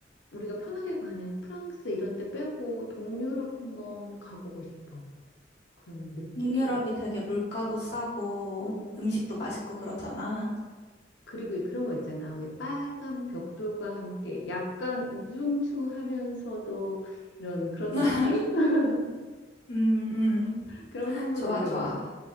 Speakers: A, on the left; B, on the left.
A: 우리가 편하게 가는 프랑스 이런 데 빼고 동유럽 한번 가보고 싶어. 그런 느낌이.
B: 동유럽이 되게 물가도 싸고,
A: 음.
B: 음식도 맛있고 그러잖아.
A: 그리고 그런 거 있잖아. 왜 빨간 벽돌과 함께 약간 우중충하면서도 이런 그런
B: <laughs>
A: 느낌? <laughs>
B: 음, 음.
A: 그런 거 한번
B: 좋아,
A: 느껴보고
B: 좋아.
A: 싶어.